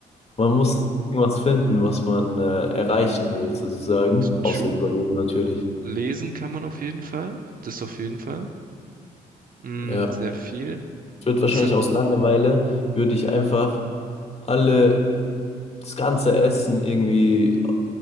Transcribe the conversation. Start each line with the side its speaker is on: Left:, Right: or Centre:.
Left: man muss irgendwas finden, was man äh, erreichen will, sozusagen. Außer
Right: true.
Left: Überleben natürlich.
Right: Lesen kann man auf jeden Fall. Das auf jeden Fall. Mm,
Left: Ja.
Right: sehr viel.
Left: Ich würde
Right: Aber
Left: wahrscheinlich
Right: das
Left: aus Langeweile, würde ich einfach alle, das ganze Essen irgendwie